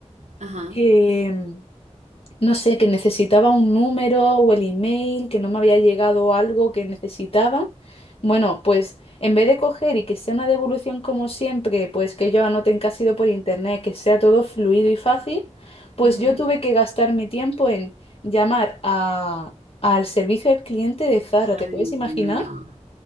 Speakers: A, on the right (about 75°); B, on the left (about 55°).
A: Ajá.
B: que no sé, que necesitaba un número o el email, que no me había llegado algo que necesitaba. Bueno, pues en vez de coger y que sea una devolución como siempre, pues que ellos anoten que ha sido por internet, que sea todo fluido y fácil, pues
A: Ujú.
B: yo tuve que gastar mi tiempo en llamar a, al servicio al cliente de Zara,
A: Ay,
B: ¿te puedes imaginar?
A: no.